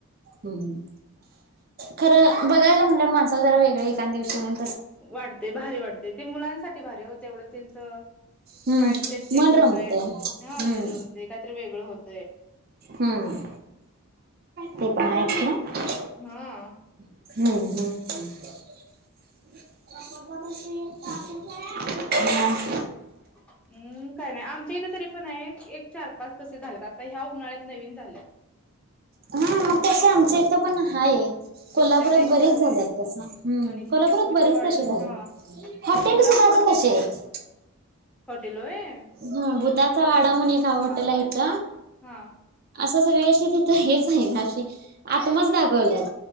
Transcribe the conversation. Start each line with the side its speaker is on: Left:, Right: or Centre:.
Right: हम्म. खरं बघायला म्हटलं माणसाला जरा वेगळं एकांदिवशी म्हण
Centre: वाटते भारी वाटते. ते मुलांसाठी भारी आय ओ तेवढंच त्यांच
Right: हम्म
Centre: माइंडसेट चेंज
Right: मन रमतय.
Centre: तय, हां
Right: हम्म
Centre: मन रमते, कायतरी वेगळं होत
Right: हम्म, ते पण आएत का?
Centre: हां
Right: हम्-हम् <unintelligible>
Centre: हम्म काय नाही, आमच्या इथं तरी पण आहे एक चार पाच तसे झालेत आत् तर ह्या उन्हाळ्यात नवीन झाल्यात.
Right: हां म तसं आमच्या इथं पण हाय. कोल्हापुरात
Centre: भोशाला एक
Right: बरेच
Centre: झालंय
Right: झाल्यात तसं. हम्
Centre: आणि ते
Right: कोल्हा
Centre: चिक्कूची
Right: रत बरेच
Centre: वाडी
Right: तसे
Centre: म्हणून
Right: झाल्यात.
Centre: हा
Right: हॉटेल
Centre: खिद्रापूर
Right: सुद्धा आता
Centre: ते
Right: तसे आएत.
Centre: हॉटेल होय
Right: हं भूताचा वाडा
Centre: हा
Right: म्हणे खावा हटेल आयेत.
Centre: हा
Right: आसं सगळं <unintelligible> हेच आहे घाते तमज दाखवल्यात.